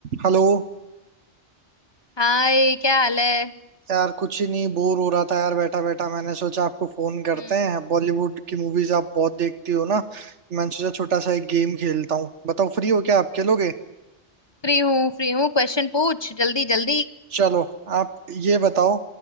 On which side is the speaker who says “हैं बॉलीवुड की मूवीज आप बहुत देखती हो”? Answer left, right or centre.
Right